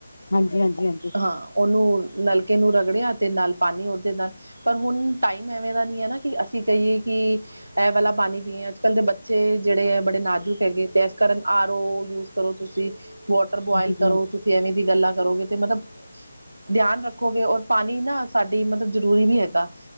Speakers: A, on the left (about 75°); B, on the right (about 75°).
A: ਹਾਂਜੀ ਹਾਂਜੀ ਹਾਂਜੀ
B: ਹਾਂ ਉਨੂੰ ਨਲਕੇ ਨੂੰ ਰਗੜਿਆ 'ਤੇ ਨਾਲ ਪਾਣੀ ਉਦੇ ਨਾਲ ਪਰ ਹੁਣ ਟਾਈਮ ਐਵੇਂ ਦਾ ਨਹੀਂ ਹੈ ਨਾ ਕਿ ਅਸੀਂ ਕਹੀਏ ਕਿ ਐਹ ਵਾਲਾ ਪਾਣੀ ਪੀਏ ਅੱਜ ਕੱਲ ਦੇ ਬੱਚੇ ਜਿਹੜੇ ਐ ਬ ਨਾਜ਼ੁਕ ਹੈਗੇ ਤੇ ਇਸ ਕਾਰਨ ਆਰ ਓ ਯੂਜ ਕਰੋ ਤੁਸੀਂ ਵ ਟਰ
A: ਹਾਂਜੀ
B: ਬੁਇਲ ਕਰੋ
A: ਹਾਂਜੀ
B: ਤੁਸੀਂ ਐਵੇਂ ਦੀ ਗੱਲਾਂ ਕਰੋਗੇ ਤੇ ਮਤਬ ਧਿਆਨ ਰੱਖੋਗੇ ਔਰ ਪਾਣੀ ਨਾ ਸਾਡੀ ਮਤ ਜ਼ਰੂਰੀ ਵੀ ਹੈਗਾ